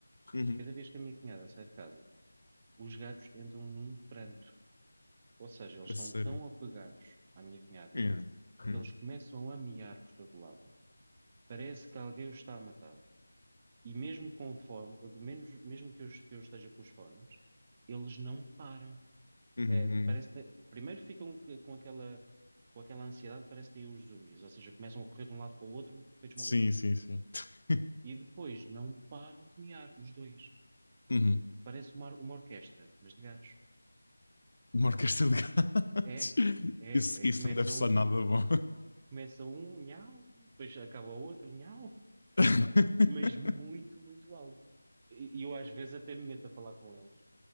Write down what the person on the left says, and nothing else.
uhum.
É
sério.
Yeah. Yeah.
Uhum,
uhum.
Sim,
sim, sim. <laughs>
Uhum.
Uma orquestra de gatos.
<laughs>
Isso, isso
não deve soar
nada bom.
<laughs>